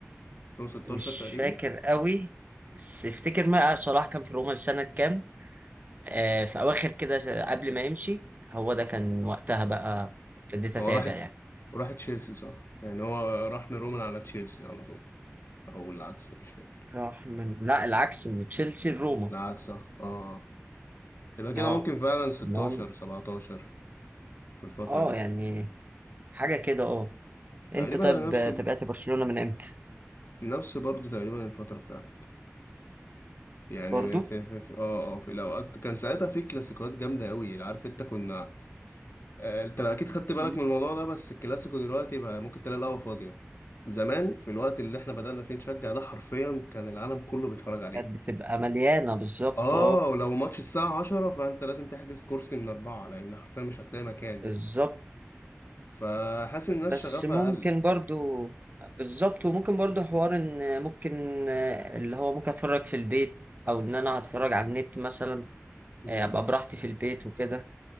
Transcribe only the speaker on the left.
2016
تقريبا
هو راحت
راح تشيلسي صح يعني هو راح من روما على تشيلسي على طول أو العكس مش فاكر
العكس صح آه يبقى كده
ممكن فعلا 16
17 في الفترة
دي
تقريبا
نفس
ال...
نفس برضه تقريبا الفترة بتاعتك يعني
في في في اه اه في الاوقات كان ساعتها في كلاسيكوات جامده قوي عارف انت كنا آه، انت اكيد خدت بالك
من الموضوع ده بس الكلاسيكو دلوقتي بقى ممكن تلاقي القهوه فاضيه زمان في الوقت اللي احنا بدأنا فيه نشجع ده حرفيا كان العالم كله بيتفرج عليه
اه
ولو ماتش الساعه 10 فانت لازم تحجز كرسي من اربعه لان حرفيا مش هتلاقي مكان
فحاسس ان الناس
شغفها
اقل
امم